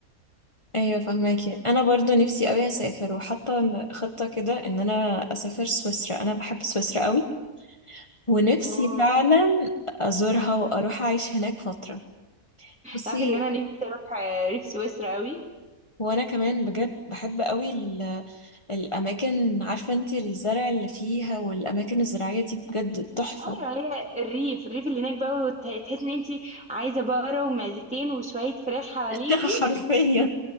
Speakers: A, on the left (about 20°); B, in the centre.
A: ايوه فهماكي انا برضو نفسي قوي اسافر وحاطه خطة كده ان انا اسافر سويسرا انا بحب سويسرا قوي ونفسي
B: اوه
A: فعلا ازورها واروح اعيش هناك فترة بصي
B: تعرفي ان انا نفسي اروح آه، ريف سويسرا قوي
A: وانا كمان بجد بحب قوي ال- الاماكن عارفة انت الزرع اللي فيها والاماكن الزراعية دي بجد تحفة
B: ايوه هي الريف الريف اللي هناك بقى وت- تحس ان انت عايزه بقره ومعزتين وشويه فراخ حواليكي
A: <laughs> حرفيا